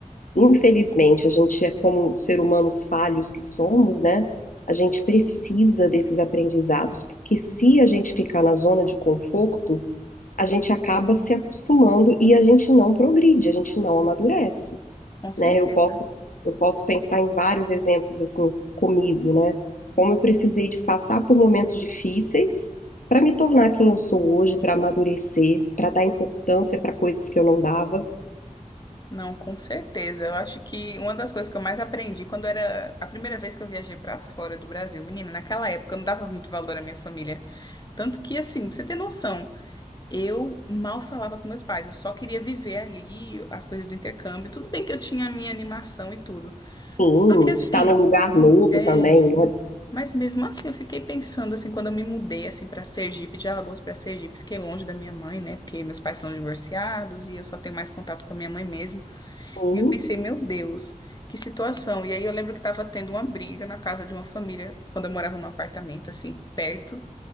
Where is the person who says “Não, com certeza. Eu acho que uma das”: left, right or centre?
Left